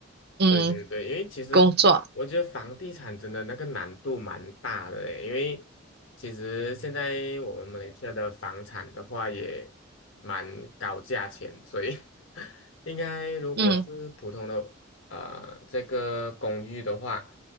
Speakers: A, on the right; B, on the left.
A: 嗯，
B: 对对对，因为其实我觉得房地产真的那个难度蛮大的诶，
A: 工作，
B: 因为其实现在我们马来西亚的房产的话也蛮高价钱，所以 <laughs> 应该如果是普通的呃这个公寓的话，
A: 嗯